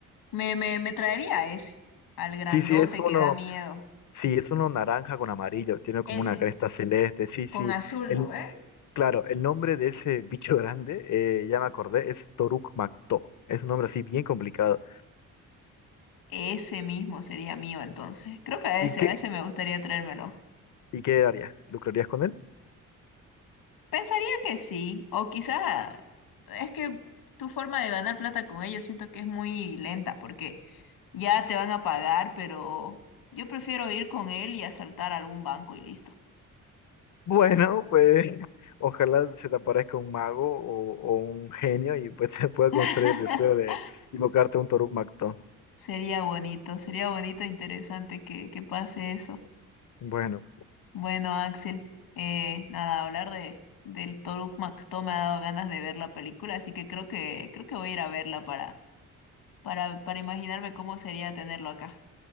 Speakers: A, on the left; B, on the left.
A: me, me, me traería ese, al grandote
B: Sí, sí, es uno,
A: que da miedo.
B: sí, es uno naranja con amarillo, tiene como
A: Ese,
B: una cresta celeste. Sí, sí.
A: con azul,
B: El,
A: ¿no ve?
B: claro, el nombre de ese bicho <laughs> grande, eh, ya me acordé, es Toruk Mactó. Es un nombre así bien complicado.
A: Ese mismo sería mío entonces. Creo que a
B: ¿Y
A: ese,
B: qué,
A: a ese me gustaría traérmelo.
B: y qué harías? ¿Lucrarías con él?
A: Pensaría que sí, o quizás es que tu forma de ganar plata con ellos siento que es muy lenta porque ya te van a pagar, pero yo prefiero ir con él y asaltar algún banco y listo.
B: Bueno, pues ojalá se te aparezca un mago o, o un genio y pues <laughs> se pueda
A: <laughs>
B: conceder el deseo de invocarte un Toruk Magto.
A: Sería bonito, sería bonito e interesante que, que pase eso.
B: Bueno,
A: Bueno, Axel, eh, nada, hablar de del Toruk Makto me ha dado ganas de ver la película, así que creo que creo que voy a ir a verla para para para imaginarme cómo sería tenerlo acá.